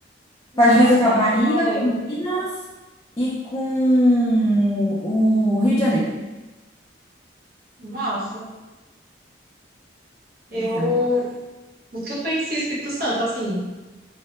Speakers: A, on the right; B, on the left.
A: Interessante,
B: faz divisa com a Bahia,
A: não lembro.
B: com Minas e com o Rio de Janeiro.
A: Massa. Eu
B: Então,
A: nunca conheci Espírito Santo, assim.